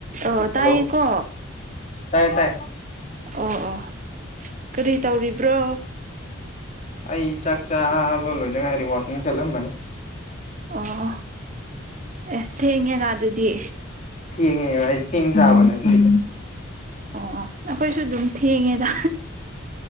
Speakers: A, on the right; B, on the left.
A: ꯑꯣ
B: ꯍꯜꯂꯣ
A: ꯇꯥꯏꯌꯦꯀꯣ
B: ꯇꯥꯏ ꯇꯥꯏ
A: ꯑꯣ ꯑꯣ ꯀꯔꯤ ꯇꯧꯔꯤꯕ꯭ꯔꯣ
B: ꯑꯩ ꯆꯥꯛ ꯆꯥꯕ ꯂꯣꯏꯗ ꯉꯥꯏꯔꯤ ꯋꯥꯛꯀꯤꯡ ꯆꯠꯂꯝꯕꯅꯤ
A: ꯑꯣ ꯑꯦ ꯊꯦꯡꯉꯦꯅ ꯑꯗꯨꯗꯤ
B: ꯊꯦꯡꯉꯦꯕ ꯑꯩ ꯊꯦꯡ ꯆꯥꯕ ꯉꯁꯤꯗꯤ
A: ꯑꯣ ꯑꯩꯈꯣꯏꯁꯨ ꯑꯗꯨꯝ ꯊꯦꯡꯉꯦꯗ